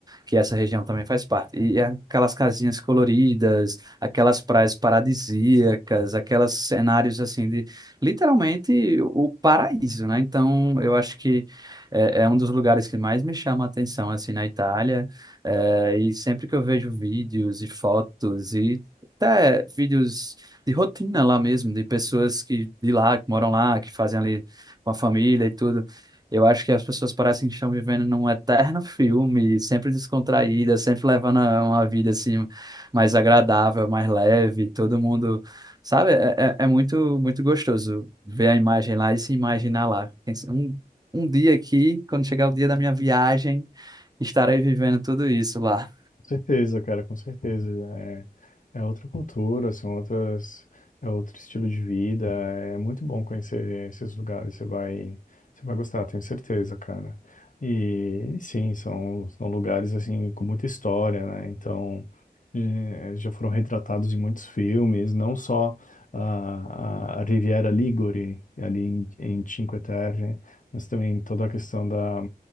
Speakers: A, on the right; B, on the left.
A: que essa região também faz parte. E é aquelas casinhas coloridas, aquelas praias paradisíacas, aqueles cenários assim de literalmente o paraíso, né? Então eu acho que é, é um dos lugares que mais me chama a atenção assim na Itália. É, e sempre que eu vejo vídeos e fotos e até vídeos de rotina lá mesmo, de pessoas que de lá, que moram lá, que fazem ali com a família e tudo. Eu acho que as pessoas parecem que estão vivendo num eterno <laughs> filme, sempre descontraídas, sempre levando a- uma vida assim mais agradável, mais leve, todo mundo, sabe? É, é, é muito muito gostoso ver a imagem lá e se imaginar lá. Pensa, Um, um dia aqui, quando chegar o dia da minha viagem, estarei vivendo tudo isso lá.
B: Com certeza, cara, com certeza. É, é outra cultura, são outras, é outro estilo de vida. É muito bom conhecer esses lugares. Você vai, você vai gostar, tenho certeza, cara. E sim, são, são lugares assim com muita história, né? Então eh, já foram retratados em muitos filmes, não só a, a a Riviera Ligure ali em, em Cinque Terre, mas também toda a questão da,